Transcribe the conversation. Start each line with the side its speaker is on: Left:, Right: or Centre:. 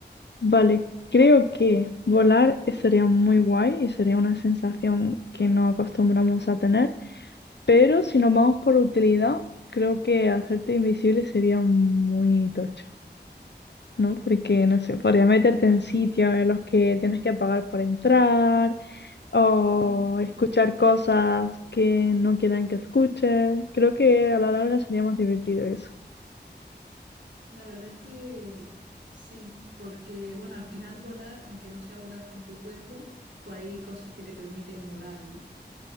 Left: vale, creo que volar sería muy guay y sería una sensación que no acostumbramos a tener, pero si nos vamos por utilidad, creo que hacerte invisible sería muy tocho, ¿no? Porque, no sé, podría meterte en sitios en los que tienes que pagar por entrar o
Right: Mm.
Left: escuchar cosas que no quieren que escuches. Creo que a la larga sería más divertido eso.
Right: La verdad es que sí, porque bueno, al final volar, aunque no sea volar con tu cuerpo, pues hay cosas que te permiten volar, ¿no?